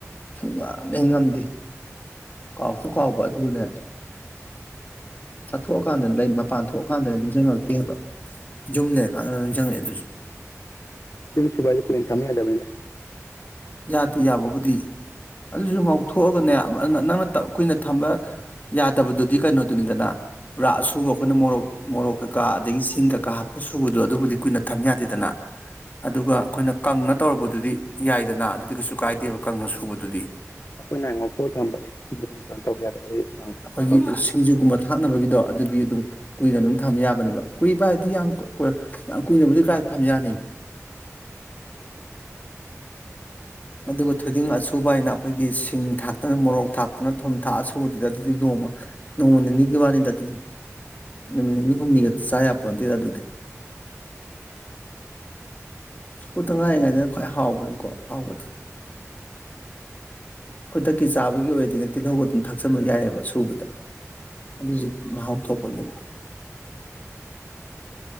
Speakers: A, on the left; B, on the left.
A: ꯁꯨꯡꯉꯝ ꯍꯦꯛ ꯉꯝꯗꯦ ꯀꯥꯎꯁꯨ ꯀꯥꯎꯕ ꯑꯗꯨꯒꯅꯦ ꯆꯠꯊꯣꯛꯑꯀꯥꯟꯗ ꯂꯩ ꯃꯄꯥꯟ ꯊꯣꯛꯑꯀꯥꯟꯗ ꯅꯤꯡꯁꯤꯡꯉꯛꯇꯦꯕ ꯌꯨꯝ ꯂꯩꯔꯀꯥꯟꯗꯗ ꯅꯤꯡꯖꯪ ꯉꯛꯑꯦ ꯑꯗꯨꯖꯨ
B: ꯊꫭꯏꯗꯤꯡ ꯁꯨꯒꯥꯏꯕꯖꯦ‌ꯀꯨꯏꯅ ꯊꯝꯌꯥꯗꯕꯅꯤꯗ
A: ꯌꯥꯗꯦ ꯌꯥꯕꯕꯨꯗꯤ ꯑꯗꯨꯁꯨ ꯉꯧꯊꯣꯛꯑꯒꯅꯦ ꯅꯪꯅ ꯀꯨꯏꯅ ꯊꯝꯕ ꯌꯥꯗꯕꯗꯨꯗꯤ ꯀꯩꯅꯣꯗꯨꯅꯤꯗꯅ ꯄꯨꯔꯥ ꯑꯁꯨꯕ ꯑꯩꯈꯣꯏꯅ ꯃꯣꯔꯣꯛ ꯃꯣꯔꯣꯛ ꯀꯩꯀꯥ ꯑꯗꯒꯤ ꯁꯤꯡ ꯀꯩꯀꯥ ꯍꯥꯞꯄ ꯁꯨꯕꯗꯣ ꯑꯗꯨꯕꯨꯗꯤ ꯀꯨꯏꯅ ꯊꯝ ꯌꯥꯗꯦꯗꯅ ꯑꯗꯨꯒ ꯑꯩꯈꯣꯏꯅ ꯀꯪꯅ ꯇꯧꯔꯨꯔꯕꯗꯨꯗꯤ ꯌꯥꯏ ꯗꯅ ꯑꯗꯨꯗꯤ ꯀꯩꯁꯨ ꯀꯥꯏꯗꯦꯕ ꯀꯪꯅ ꯁꯨꯕꯗꯨꯗꯤ
B: ꯑꯩꯈꯣꯏꯅ ꯉꯥꯛꯊꯣꯏ ꯊꯝꯕ ꯂꯩ ꯑꯗꯨꯝ ꯀꯩꯅꯣ ꯇꯧ ꯌꯥꯗꯕꯦ ꯑꯩ ꯀꯨꯏꯅ
A: ꯑꯩꯈꯣꯏꯒꯤ
B: ꯇꯧ
A: ꯁꯤꯡꯖꯨꯒꯨꯝꯕ ꯊꯥꯛꯅꯕꯒꯤꯗꯣ ꯑꯗꯨꯗꯤ ꯑꯗꯨꯝ ꯀꯨꯏꯅ ꯑꯗꯨꯝ ꯊꯝ ꯌꯥꯕꯅꯦꯕ ꯀꯨꯏꯕ ꯍꯥꯏꯗꯤ ꯌꯥꯝ ꯌꯥꯝ ꯀꯨꯏꯅꯕꯕꯨꯗꯤ ꯀꯥꯏ ꯊꯝ ꯌꯥꯅꯤ
B: <inaudible>
A: ꯑꯗꯨꯒ ꯊꯣꯏꯗꯤꯡ ꯑꯁꯨꯕ ꯍꯥꯏꯅ ꯑꯩꯈꯣꯏꯒꯤ ꯁꯤꯡ ꯊꯥꯛꯇꯅ ꯃꯣꯔꯣꯛ ꯊꯥꯛꯇꯅ ꯊꯨꯝ ꯊꯥꯛ ꯑꯁꯨꯨꯕꯗꯨꯗꯤ ꯑꯗꯨꯗꯤ ꯅꯣꯡꯃ ꯅꯣꯡꯃꯅꯤꯒꯤ ꯋꯥꯅꯤꯗ ꯑꯗꯨꯗꯤ ꯅꯃꯤꯠ ꯅꯤꯅꯤ ꯍꯨꯝꯅꯤꯒ ꯆꯥꯏ ꯄꫭꯟꯇꯦꯗ ꯑꯗꯨꯗꯤ
B: <inaudible>
A: ꯁꯨꯗ ꯉꯥꯏꯔꯤꯉꯩꯗꯅ ꯈ꯭ꯋꯥꯏ ꯍꯥꯎꯕꯅꯤꯀꯣ ꯍꯥꯎꯕꯗꯤ ꯈꯨꯗꯛꯀꯤ ꯆꯥꯕꯒꯤ ꯑꯣꯏꯔꯗꯤ ꯇꯤꯜꯍꯧꯒ ꯊꯛꯆꯟꯕ ꯌꯥꯏꯌꯦꯕ ꯁꯨꯕꯗ ꯑꯗꯨꯖꯨ ꯃꯥꯍꯥꯎ ꯊꯣꯛ ꯄꯅꯦꯕ